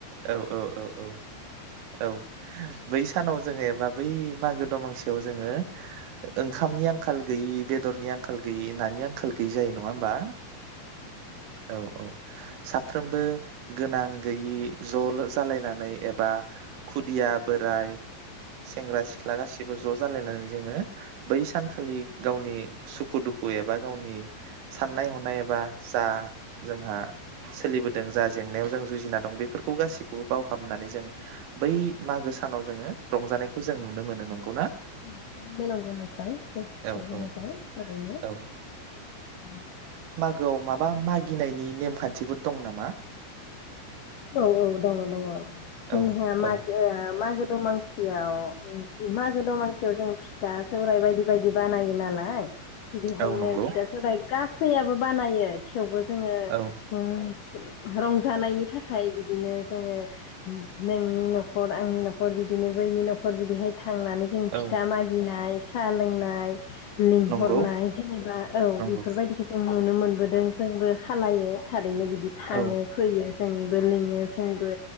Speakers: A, on the right; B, on the left.
A: औ औ औ औ औ बै सानाव जोङोबा बै मागो दमांसियाव जोङो ओंखामनि आंखाल गैयि बेदरनि आंखाल गैयि नानि आं आंखाल गैयि जायो नङा होमबा औ औ साफ्रोमबो गोनां गैयि ज लो जालायनानै एबा खुदिया बोराय सेंग्रा सिख्ला गासिबो ज जालायनानै जोङो बै सानखालि गावनि सुखु दुखु एबा गावनि साननाय हनाय एबा जा जोंहा सोलिबोदों जा जेंनायाव जों जुजिना दं बेफोर खौ गासिखौबो बावहाबनानै जों बै मागो सानाव जोङो रंजानाय खौ जों नुनो मोनो नंगौ ना?
B: <unintelligible>
A: औ औ औ गोआव माबा मागिनायनि नेमखान्थिफोर दं नामा?
B: औ औ दङ दङ जोंहा
A: औ
B: मागोआ
A: औ
B: मागो दमासियाव ओ मागो दमासियाव जों फिथा सौरायाइ बायदि बायदि बानायो नालाय बिदिहायनो
A: औ नंगौ
B: फिथा सौाइ गासैआबो बानायो थेवबो जोंओ
A: औ
B: ओ गोब रं जानायनि था खा थाखाय बिदिनो जोङो नोंनि नखर आंनि नखर बिदिनो बैनि नखर बिदिहाय थांनानै जों
A: औ
B: फिथा मागिनाय साहा लोंनाय लिंहरनाय
A: नंगौ
B: जेनेबा औ
A: नंगौ
B: बेफोरबायदिखौ जों नुनो मोनबोदों जोंबो खालायो थारैनो बि थाङो
A: औ
B: फैयो जोंबो लिङो जोंबो